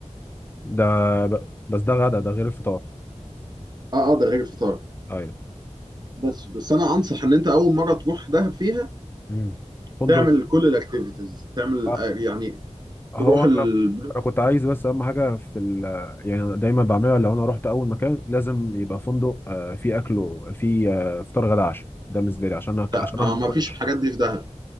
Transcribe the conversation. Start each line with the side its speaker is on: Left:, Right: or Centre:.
Left: ده ب- بس ده غدا ده غير الفطار
Right: اه اه ده غير الفطار
Left: ايوه
Right: بس بس انا انصح ان انت اول مره تروح دهب فيها
Left: امم فندق
Right: تعمل كل الاكتيفيتيز تعمل
Left: آه،
Right: آه، يعني
Left: هو
Right: تروح
Left: انا
Right: ال...
Left: انا كنت عايز بس اهم حاجه في ال يعني أنا دايما بعملها لو انا رحت اول مكان لازم يبقى فندق آه، فيه اكل وفيه آه، فطار غدا عشاء ده بالنسبه لي عشان أك-
Right: آه
Left: عشان انا ما
Right: ما
Left: كنتش
Right: فيش الحاجات دي في دهب